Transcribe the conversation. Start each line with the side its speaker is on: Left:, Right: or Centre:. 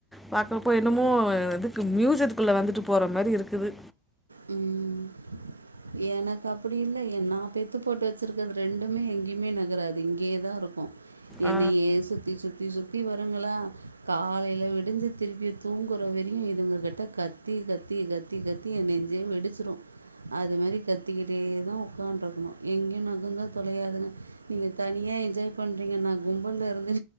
Centre: பாக்கறப்போ என்னமோ இதுக்கு மியூசியத்துக்குள்ள வந்துட்டு போற மாரி இருக்குது
Right: ம் எனக்கு அப்டி இல்லை எ நா பெத்து போட்டு வச்சிருக்கறது ரெண்டுமே எங்கேயுமே நகராது இங்கேயே தா இருக்கு என்னையே
Centre: ஆ
Right: சுத்தி சுத்தி சுத்தி வருங்களா காலையில விடிஞ்ச திருப்பி தூங்குற வரையு இதுங்க கிட்ட கத்தி கத்தி கத் தி கத்தி எ நெஞ்சே வெடிச்சிரு அது மாதிரி கத்தக்கிட்டே தா உக்காட்டிருக்கணு எங்கேயு நகுந்தா தொலையாதுங்க நீங்க தனியா என்ஜாய் பண்றீங்க நா கும்பல்ல இருந்து